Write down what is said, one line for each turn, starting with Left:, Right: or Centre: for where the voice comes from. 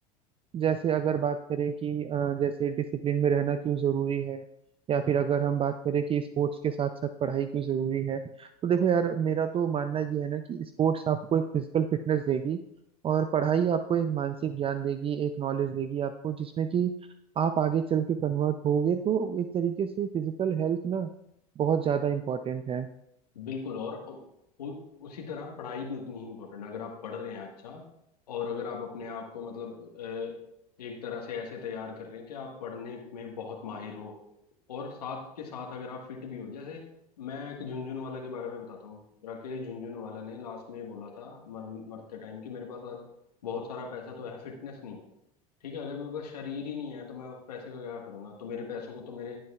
Right: जैसे अगर बात करें कि अ, जैसे डिसिप्लिन में रहना क्यों जरूरी है या फिर अगर हम बात करें कि स्पोर्ट्स के साथ साथ पढ़ाई क्यों जरूरी है तो देखो यार मेरा तो मानना ये है ना कि स्पोर्ट्स आपको एक फिजिकल फिटनेस देगी और पढ़ाई आपको एक मानसिक ज्ञान देगी एक नॉलेज देगी आपको जिसमें कि आप आगे चल के कन्वर्ट होगे तो एक तरीके से फिजिकल हेल्थ ना बहुत ज्यादा इम्पोर्टेंट है
Left: बिल्कुल और उ, उ- उसी तरह पढ़ाई भी उतनी ही इम्पोर्टेंट है अगर आप पढ़ रहे हैं अच्छा और अगर आप अपने आप को मतलब अ, एक तरह से ऐसे तैयार कर रहे हैं कि आप पढ़ने में बहुत माहिर हो और साथ के साथ अगर आप फिट भी हो जैसे मैं एक झुनझुनवाला के बारे में बताता हूँ राकेश झुनझुनवाला ने लास्ट में बोला था मर, मरते टाइम कि मेरे पास आज बहुत सारा पैसा तो है फिटनेस नहीं है ठीक है अगर मेरे पास शरीर ही नहीं है तो मैं उस पैसे का क्या करूंगा तो मेरे पैसों को तो मेरे